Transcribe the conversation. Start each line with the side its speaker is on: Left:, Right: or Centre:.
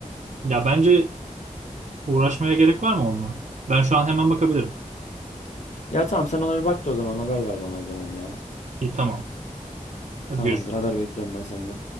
Right: Ya bence uğraşmaya gerek var mı onunla? Ben şu an hemen bakabilirim.
Left: Ya tamam sen ona bir bak da o zaman haber ver bana o zaman ya.
Right: İyi tamam. Hadi
Left: Tamamdır
Right: görüşürüz.
Left: haber bekliyorum ben senden.